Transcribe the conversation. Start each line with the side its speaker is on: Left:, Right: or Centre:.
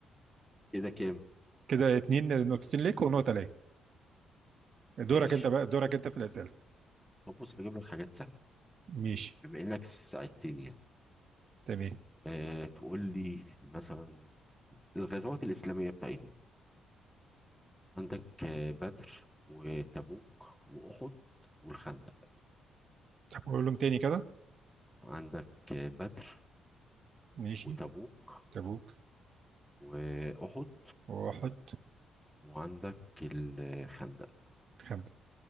Centre: كده كام
Right: كده اتنين نقطتين ليك ونقطة ليا دورك
Centre: ماشي
Right: انت بقى دورك انت في الأسئلة
Centre: طب بص بجيب لك حاجات سهله
Right: ماشي
Centre: بما انك ساعدتني يعني
Right: تمام
Centre: أه تقول لي مثلا الغزوات الاسلاميه بتاعتنا عندك آه، بدر وتبوك واحد والخندق
Right: طب قولهم تاني كده
Centre: عندك آه، بدر
Right: ماشي
Centre: وتبوك
Right: تبوك
Centre: وأحد
Right: واحد
Centre: وعندك الخندق
Right: خمسة